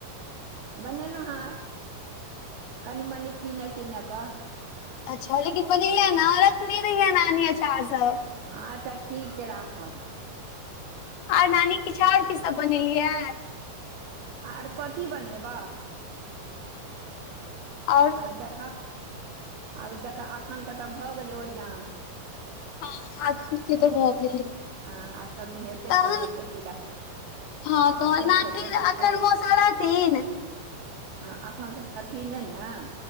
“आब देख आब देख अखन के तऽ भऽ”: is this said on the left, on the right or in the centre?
Right